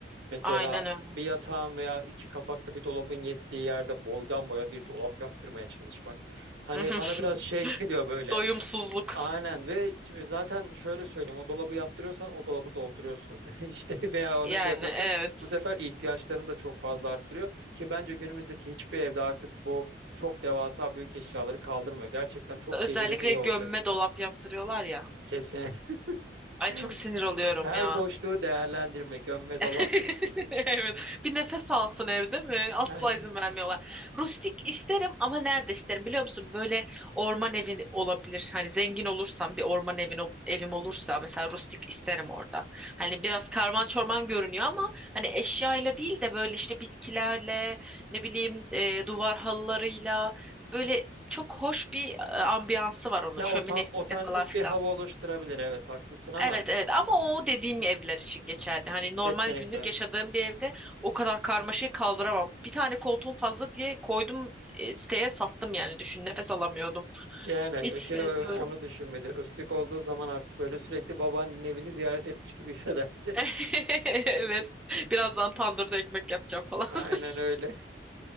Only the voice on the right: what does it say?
Mesela
bir yatağın veya iki kapaklı bir dolabın yettiği yerde boydan boya bir dolap yaptırmaya çalışmak. Hani
bana biraz şey <laughs> geliyor böyle.
Aynen ve şimdi zaten şöyle söyleyeyim o dolabı yaptırıyorsan o dolabı dolduruyorsun <laughs> işte veya onu
şey yapıyorsan
bu sefer ihtiyaçlarını da çok fazla arttırıyor ki bence günümüzdeki hiçbir evde artık bu çok devasa büyük eşyaları kaldırmıyor gerçekten çok
gelirin iyi
olacak
kesin
<laughs>
her
boşluğu değerlendirme gömme
dola
<laughs> Yani,
ya
ota- otantik
bir hava oluşturabilir evet haklısın ama
kesinlikle.
Yani
ki onu düşün Rustik olduğu zaman artık böyle sürekli babaannenin evini ziyaret etmiş gibi hissedersin.
<laughs> Aynen
öyle.